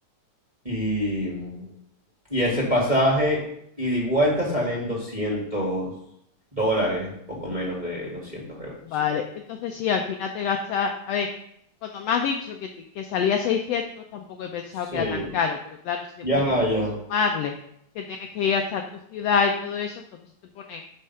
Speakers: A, on the right; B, on the left.
A: y, y ese pasaje ida y vuelta salen doscientos dólares, poco menos de 200 euros,
B: Vale,
A: sí.
B: entonces sí, al final te gastas, a ver, cuando me has dicho que, te- que salía 600 tampoco he pensado
A: Sí,
B: que era tan caro, pero claro, si después
A: ya,
B: tienes
A: ya.
B: que sumarle, que tienes que ir hasta tu ciudad y todo eso, entonces te pone